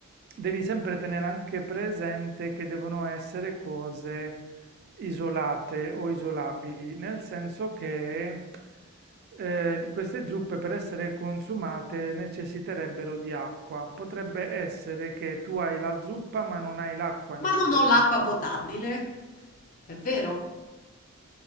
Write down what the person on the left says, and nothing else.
ma
non ho l'acqua potabile, è vero.